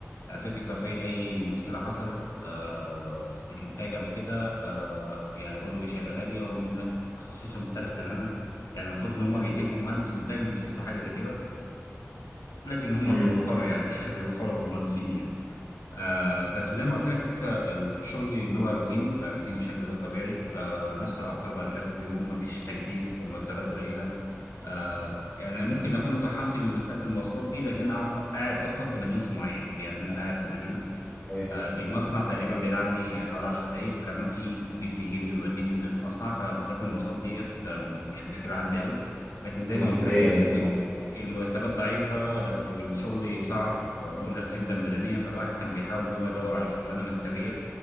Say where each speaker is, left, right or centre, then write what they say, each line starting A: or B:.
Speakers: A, on the left; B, on the left.
A: آه فكره لو في اي مشكله حصلت آه في الانتاج او كده آه يعني برضه بيشيلوها لي رغم ان انا تخصصي مختلف تماما يعني المفروض ان هم بيجيبوا مهندس انتاج مخصوص لحاجه زي كده لكن هم
B: امم
A: بيوفروا يعني <laughs> بيوفروا في المهندسين يعني آه بس زي ما قلت لك الفكره ال- في الشغل ان هو روتيني بقى روتيني بشكل غير طبيعي آه نفس الاعطال بقابلها كل يوم مفيش تجديد المرتبات قليله آه يعني ممكن اكون اترحمت من مساله المواصلات دي لان انا قاعد اصلا في مدينه صناعيه يعني انا قاعد في مدينه
B: طيب
A: آه، المصنع تقريبا بعيد عني حوالي 10 دقايق وكمان في اتوبيس بيجيبني ويوديني للمصنع فمساله المواصلات ديت آم، مش مشكله عندي قوي لكن زي
B: منتهية
A: ما قلت لك ال-
B: بالنسبة
A: ال-
B: لي
A: المرتبات ضعيفه لكن والشغل صعب مرهق جدا بدنيا فالواحد كان بيحاول ان هو يدور على شغلانه مكتبيه